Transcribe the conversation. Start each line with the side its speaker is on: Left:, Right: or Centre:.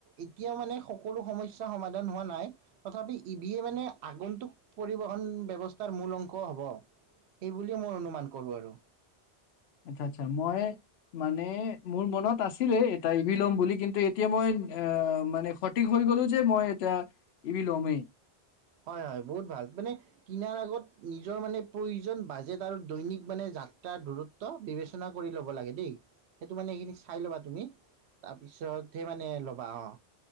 Right: এতিয়াও মানে সকলো সমস্যা সমাধান হোৱা নাই। তথাবি ই ভিয়ে মানে আগন্তুক পৰিবহন ব্যৱস্থাৰ মূল অংশ হব। সেই বুলি মই অনুমান কৰো আৰু।
Left: আৎচ্ছা আৎচ্ছা, মই- মানে মোৰ মনত আছিলে এটা ই ভি লম বুলি, কিন্তু এতিয়া মই অঁ মানে- সঠিক হৈ গলো যে মই এটা ই ভি ল'মেই।
Right: হয় হয় বহুত ভাল, মানে- কিনাৰ আগত নিজৰ মানে প্ৰয়োজন বাজেট আৰু দৈনিক মানে যাত্ৰাৰ দূৰত- ত বিবেচনা কৰি ল'ব লাগে দেই, সেইটো মানে সেইখিনি চাই ল'বা তুমি। তাৰিপিছতে মানে ল'বা অঁ।